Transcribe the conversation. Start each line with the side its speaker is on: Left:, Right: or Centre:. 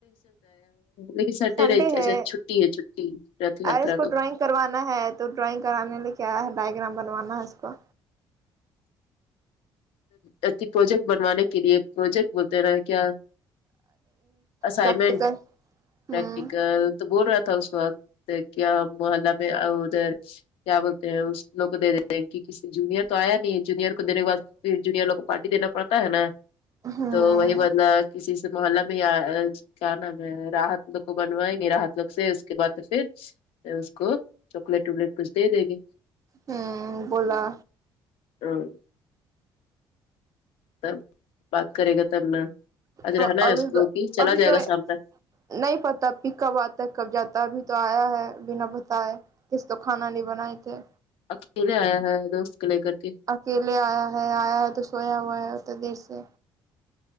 Left: لیکن سٹرڈے
Right: سنڈے
Left: اچھا
Right: ہے
Left: چھٹی ہے چھٹی رتھ یاترا
Right: ارے اس کو
Left: کا
Right: ڈرائنگ کروانا ہے تو ڈرائنگ کرانے لیکے آیا ہے ڈائگرام بنوانا ہے اس کو
Left: اتھنک پروجیکٹ بنوانے کے لیے پروجیکٹ بولتے ہیں نا کیا اسائمٹ
Right: پریکٹیکل ہوں
Left: پرٹیکل تو بول رہا تھا اس وقت کیا محلہ میں ا ادھر کیا بولتے ہیں اس لوگ کو دے دیتے ہے کہ کسی جونیئر تو آیا نہیں جونیئر کو دینے کے بعد پھر جونیئر لو کو پارٹی دینا پڑتا ہے نا
Right: ہوں
Left: تو وہی بندہ کسی سے محلہ میں یا آج کیا نام ہے راحت لوگ کو بنوائیں گے راحت لوگ سے اس کے بعد پھر پھر اس کو چاکلیٹ وکلیٹ کچھ دے دے گے
Right: ہوں بولا
Left: اں تب بات کرے گا تب نا آج
Right: ابھی
Left: رہنا ہے اس کو
Right: تو
Left: کہ چلا
Right: ابھی
Left: جائے
Right: تو
Left: گا شام تک
Right: نہیں پتا پھر کب آتا ہے کب جاتا ہے ابھی تو آیا ہے بنا بتایے اس کو تو کھانا نہیں بنائے تھے
Left: اکیلا آیا ہے دوست کو لے کر کے
Right: اکیلے آیا ہے آیا ہے تو سویا ہوا ہے اتنا دیر سے